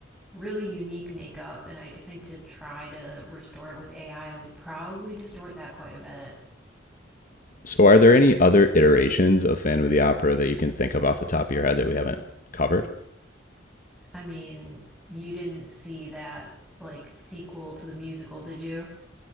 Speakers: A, in the centre; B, on the left.
A: really unique makeup, and I think to try to restore it with AI would probably distort that quite a bit.
B: So, are there any other iterations of Phantom of the Opera that you can think of off the top of your head that we haven't covered?
A: I mean, you didn't see that like sequel to the musical, did you?